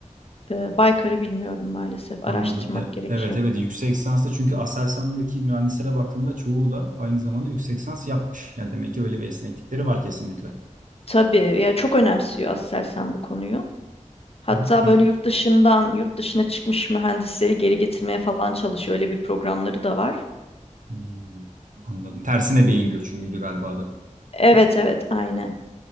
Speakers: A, on the left (about 50°); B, on the right (about 80°).
A: Ee, Baykar'ı bilmiyorum maalesef. Araştırmak
B: anladım. E-
A: gerekiyor.
B: evet evet yüksek lisansta çünkü Aselsan'daki mühendislere baktığımda çoğu da aynı zamanda yüksek lisans yapmış. Yani demek ki öyle bir esneklikleri var kesinlikle. Hı
A: Tabii ya çok önemsiyor Aselsan bu konuyu. Hatta
B: hı, Evet.
A: böyle yurt dışından, yurt dışına çıkmış mühendisleri geri getirmeye falan çalışıyor. Öyle bir programları da var.
B: Hmm, anladım. Tersine beyin göçüydü galiba adı.
A: Evet evet aynen.